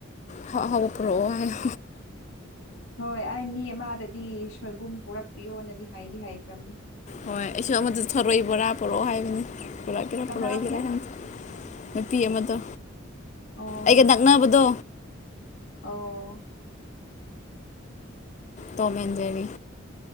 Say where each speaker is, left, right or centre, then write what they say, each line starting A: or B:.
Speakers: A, on the left; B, on the left.
A: ꯈꯔ ꯑꯍꯥꯎꯕ ꯄꯔꯛꯑꯣ ꯍꯥꯏꯌꯣ
B: ꯍꯣꯏ ꯑꯩ ꯃꯤ ꯑꯃꯗꯗꯤ ꯁꯣꯏꯕꯨꯝ ꯄꯔꯛꯄꯤꯌꯣꯅꯗꯤ ꯍꯥꯏꯗꯤ ꯍꯥꯏꯈ꯭ꯔꯕꯅꯤ
A: ꯍꯣꯏ ꯑꯩꯁꯨ ꯑꯃꯗ ꯊꯔꯣꯏ ꯕꯣꯔꯥ ꯄꯣꯔꯛꯑꯣ ꯍꯥꯏꯕꯅꯤ ꯄꯣꯔꯛꯀꯦꯔꯥ
B: ꯀꯅꯥꯕꯨ
A: ꯄꯣꯔꯛꯑꯣꯏꯒꯦꯔꯥ ꯈꯪꯗꯦ ꯅꯨꯄꯤ ꯑꯃꯗꯣ
B: ꯑꯣ
A: ꯑꯩꯒ ꯅꯛꯅꯕꯗꯣ
B: ꯑꯣ
A: ꯇꯣꯝ ꯑꯦꯟ ꯖꯦꯔꯤ